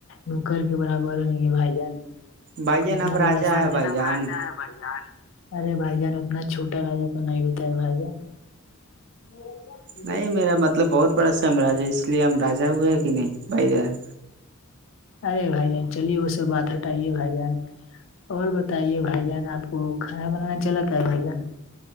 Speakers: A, on the left; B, on the right.
A: نکر کے برابر ہویں گے بھائی جان
B: بھائی جان
A: کتنا
B: ہم راجا
A: بڑا سجے
B: ہے بھائی
A: نام
B: جان
A: رجا ہے بھان ارے بھ جان اتنا چھوٹا کرے تو نہیں ہوتا ہے بھائی جان <unintelligible>
B: نہیں میرا مطلب بہت بڑا سمراج ہے اس لیے ہم راجا ہوئے ہے کہ نہیں بھائی جان
A: ارے بھائی جان چلیے وہ سب بات ہٹائیے بھائی جان اور بتائیے بھائی جان آپ کو کھانا بنانا چلتا ہے بھائی جان